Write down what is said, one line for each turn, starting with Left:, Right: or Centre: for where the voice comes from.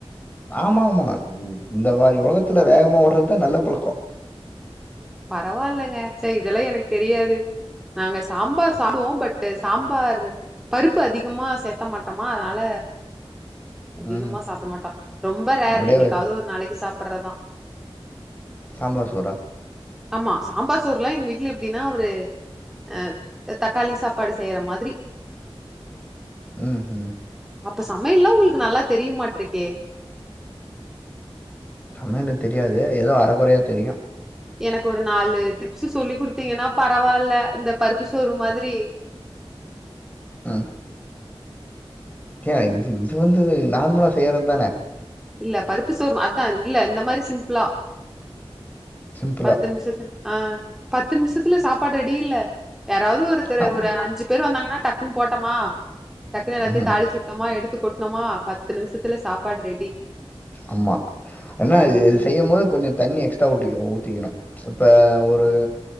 Left: ஆமா ஆமா இந்த மாரி ஒலக த்துல வேகமா ஓடறதுதா நல்ல பழக்க
Centre: பரவாலங்க ச்ச இதெல்லா எனக்கு தெரியாது நாங்க சாம்பார் சாப்டுவோ பட் சாம்பார் பருப்பு அதிகமா சேத்த மாட்டமா அதனால அதிகமா
Left: ம்
Centre: சாப்ட மாட்டோ ரொம்ப ரேர்
Left: அப்படியே
Centre: என்னைக்காவுது
Left: வச்சு
Centre: ஒரு நாளைக்கு சாப் பட்றதா
Left: சாம்பார் சோறா
Centre: ஆமா சாம்பார் சோறுல்லா எங்க வீட்ல எப்டின்னா ஒரு அ தக்காளி சாப்பாடு செய்யற மாதிரி
Left: ம் ம்
Centre: அப்ப சமையல்லா உங்களுக்கு நல்லா தெரியுமாட்ருக்கே
Left: சமையலு தெரியாது ஏதோ அரகொறையா தெரியு
Centre: எனக்கு ஒரு நாலு டிப்ஸு சொல்லி குடுத்திங்கனா பரவால்ல இந்த பருப்பு சோறு மாதிரி
Left: ம் கே இது இது வந்து நார்மலா செய்றது தான
Centre: இல்ல பருப்பு சோரு அதா இல்ல இந்த மாரி சிம்ப்ளா
Left: சிம்பிளா
Centre: பத்து நிம்ஷத்துல ஆ பத்து நிம்சத்துல சாப்பாடு ரெடி இல்ல யாராவது ஒருத்தர்
Left: ஆம்.
Centre: ஒரு அஞ்சி பேர் வந்தாங்கன்னா டக்குன் போட்டமா டக்குன்னு எல்லாத்தயு
Left: ம்ஹ்ம்.
Centre: தாளிச்சுட்டமா எடுத் து கொட்னமா பத்து நிம்ஷத்துல சாப்பாடு ரெடி
Left: ஆமா என்ன
Centre: ம்
Left: இ இது செய்யம் போது கொஞ்சோ தண்ணி எக்ஸ்ட்ரா ஊத் ஐயோ ஊத்திக்கணு இப்ப ஒரு